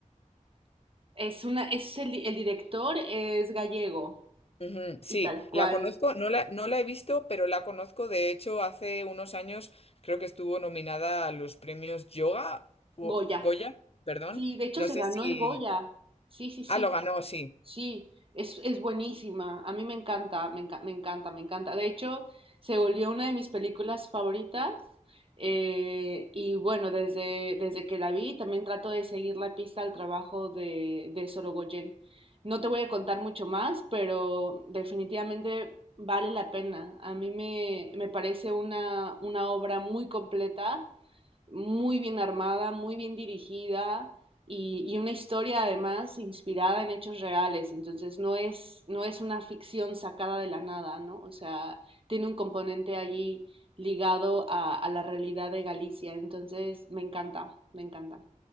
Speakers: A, on the right; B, on the left.
A: Es una, es el, di- el director es gallego
B: Ujú, Sí,
A: y tal cual,
B: la conozco, no la, no la he visto, pero la conozco. De hecho, hace unos años creo que estuvo nominada a los premios Yoga, Go-
A: Goya.
B: Goya, perdón.
A: Sí, de hecho
B: No
A: se
B: sé
A: ganó
B: si...
A: el Goya. Sí, sí, sí.
B: Ah, lo ganó, sí.
A: Sí, es, es buenísima. A mí me encanta, me enca- me encanta, me encanta. De hecho, se volvió una de mis películas favoritas. eh, y bueno, desde, desde que la vi, también trato de seguir la pista al trabajo de, de Sorogoyen. No te voy a contar mucho más, pero definitivamente vale la pena. A mí me, me parece una, una obra muy completa muy bien armada, muy bien dirigida y, y una historia además inspirada en hechos reales. Entonces no es, no es una ficción sacada de la nada, ¿no? O sea, tiene un componente allí ligado a, a la realidad de Galicia. Entonces me encanta, me encanta.